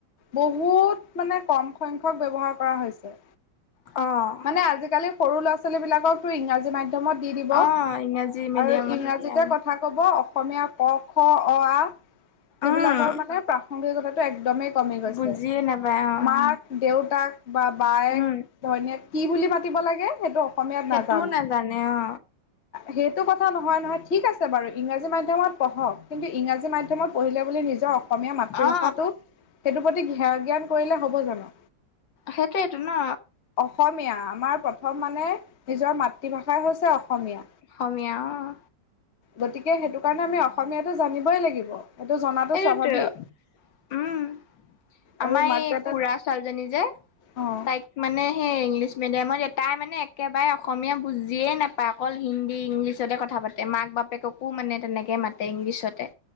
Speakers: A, on the left; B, on the left.
A: বহুত মানে কম সংখ্যক ব্যৱহাৰ কৰা হৈছে।
B: অ', -
A: মানে আজিকালি সৰু ল'ৰা-ছোৱালী বিলাককটো ইংৰাজী মাধ্যমত দি দিব
B: অ ইংৰাজী মিডিয়ামত
A: আৰু ইংৰাজীতে
B: এতিয়া
A: কথা ক'ব, অসমীয়া ক, খ, অ, আ, সেইবিলাকৰ
B: উম
A: মানে প্ৰাসংগিকতাটো একদমেই- কমি গৈছে,
B: বুজিয়ে নাপায় অ
A: মাক-দেউতাক বা বায়েক-ভনীয়েক-
B: উম
A: বুলি মাতিব লাগে, সেইটো অসমীয়াত
B: সেইটোও
A: নাজানে।
B: অ
A: সেইটো কথা নহয় নহয়, ঠিক আছে বাৰু ইংৰাজী মাধ্যমত পঢ়ক। কিন্তু ইংৰাজী মাধ্যমত পঢ়িলে বুলি নিজৰ অসমীয়া- অসমীয়া মাতৃভাষাটো
B: অ
A: সেইটোৰ প্ৰতি ঘেয় জ্ঞান কৰিলে হ'ব জানোঁ।
B: সেইটোৱেইটো ন।
A: অসমীয়া, আমাৰ প্ৰথম মানে নিজৰ মাতৃভাষাই হৈছে অসমীয়া।
B: অসমীয়া অ',
A: গতিকে, সেইটো কাৰণে আমি অসমীয়াটো জানিবই লাগিব। সেইটো জনাটো
B: তাকেইটো।
A: স্বাভাৱিক।
B: উম্, আমাৰ
A: আৰু মাক
B: এই
A: দেউতাক
B: খুৰা ছোৱালীজনী যে
A: অ'।
B: তাইক- মানে সেই ইংলিছ মিডিয়ামত, তাই মানে একেবাৰে অসমীয়া বুজিয়েই নাপায়। অকল হিন্দী, ইংলিছতে কথা পাতে। মাক বাপেককো মানে তেনেকে মাতে ইংলিছতে।